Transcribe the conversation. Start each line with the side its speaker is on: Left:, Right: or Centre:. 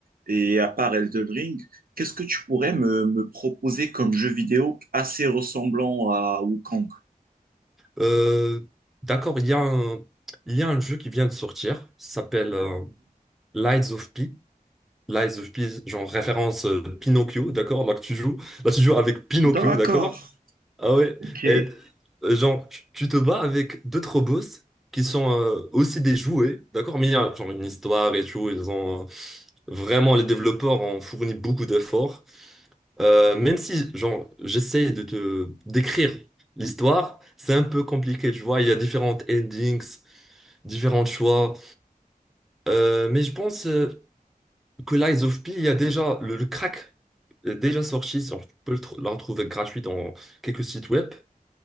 Right: et à part Elden Ring, qu'est-ce que tu pourrais me, me proposer comme jeu vidéo assez ressemblant à Wukong?
Centre: Euh, d'accord, il y a un, il y a un jeu qui vient de sortir, ça s'appelle euh, Lies of P. Lies of P, genre référence euh, Pinocchio, d'accord? Là, que tu joues, là, tu joues avec Pinocchio,
Right: D'accord,
Centre: d'accord? Ah ouais,
Right: ok.
Centre: et, euh, genre, tu tu te bats avec d'autres boss qui sont euh, aussi des jouets, d'accord? Mais il y a genre une histoire et tout, ils ont euh, vraiment, les développeurs ont fourni beaucoup d'efforts. Euh, même si, genre, j'essaie de te décrire l'histoire, c'est un peu compliqué, tu vois, il y a différentes endings, différents choix. Euh, mais je pense euh, que Lies of P, il y a déjà le, le crack est déjà sorti, genre, tu peux le tr- la retrouver gratuite dans quelques sites web.